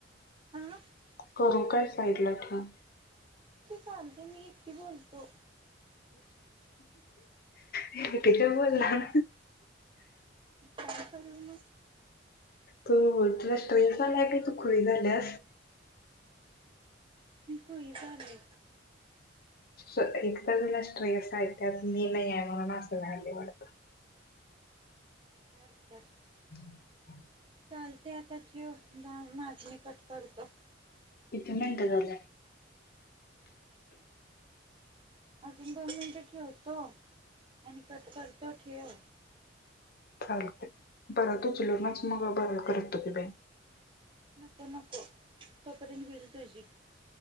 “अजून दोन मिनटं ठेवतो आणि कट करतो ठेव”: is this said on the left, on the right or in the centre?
Right